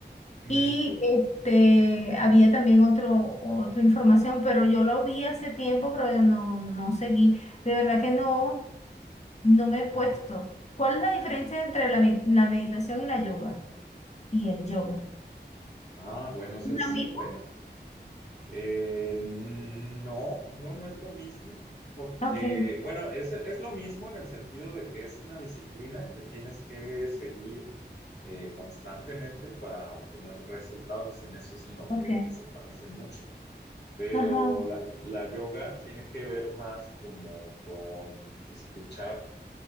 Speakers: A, on the left; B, on the left.
A: Ujú,
B: Y este, había también otro, otra información, pero yo lo vi hace tiempo, pero yo no, no seguí. De verdad que no, no me he puesto.
A: ujú.
B: ¿Cuál es la diferencia entre la, me- la meditación y la yoga? Y el yoga.
A: Ah, bueno, esa
B: ¿Lo
A: es
B: mismo?
A: buena. Eh, no, no, no es lo mismo, porque,
B: Ok,
A: bueno, es, el- es lo mismo en el sentido de que es una disciplina que tienes que seguir eh, constantemente para obtener resultados. En eso es en lo
B: ok.
A: que se parecen mucho. Pero
B: Ajá,
A: la, la yoga tiene que ver más como con escuchar